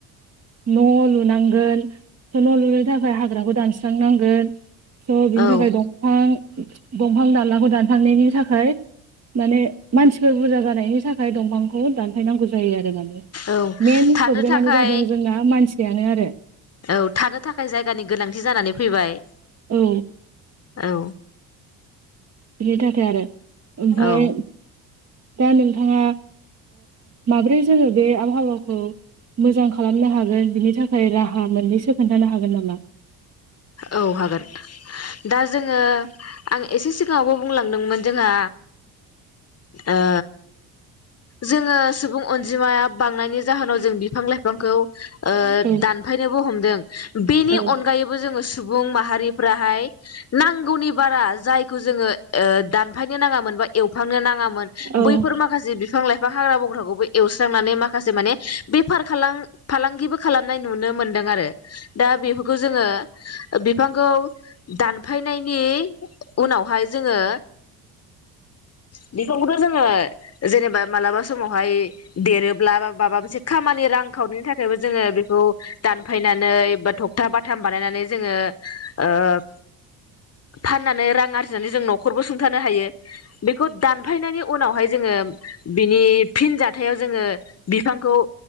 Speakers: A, on the right; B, on the left.
A: न' लुनांगोन न' लुनो थाखाय हाग्राखौ दानस्रांनांगोन। स' बिनि
B: औ
A: थाखाय दंफां दंफां दानलाखौ दानखांनायनि थाखाय। माने मानसिफोर बुरजा जानायनि थाखाय दंफांखौ दानफायनांगौ जायो आरो माने मन
B: औ थानो
A: प्रब्लेमानो
B: थाखाय
A: जादों जोंना मानसियानो आरो
B: औ थानो थाखाय जायगानि गोनांथि जानानै फैबाय।
A: औ
B: औ।
A: बिनि थाखाय आरो ओमफफ्राय
B: औ
A: दा नोंथाङा माब्रै जोङो बे आबहावाखौ मोजां खालामनो हागोन बिनि थाखाय राहा मोननैसो खोन्थानो हागोन नामा?
B: औ हागोन दा जोङो आं एसे सिगाङावबो बुंलांदोंमोन जोंहा ओ जोङो सुबुं अनजिमाया बांनायनि जाहोनाव जों बिफां लाइफांखौ ओ
A: औ
B: दानफायनोबो हमदों बेनि
A: औ
B: अनगायैबो जोङो सुबुं माहारि फ्राहाय नांगौनि बारा जायखौ जोङो ओ दानफायनो नाङामोन बा एवफांनो ना ङामोन
A: औ
B: बैफोर माखासे बि फां लाइफां हाग्रा बंग्राखौबो एवस्रांनानै माखासे माने बेफार खालां फालांगिबो खालामनाय नुनो मोनदों आरो दा बेफोरखौ जोङो बिफांखौ दानफायनाय नि उनावहाय जोङो बिखंखौथ' जोङो जेनेबा मालाबा समावहाय देरोब्ला माबा मोनसे खामानि रां खावनायनि थाखायबो जोङो बेखौ दानफायनानै बा थखथा बाथाम बानायनानै जोङो ओ फाननानै रां आरजिनानै जों न'खरबो सुंथानो हायो बेखौ दानफायनायनि उनावहाय जोङो <unintelligible> बिनि फिन जाथायाव जोङो बिफांखौ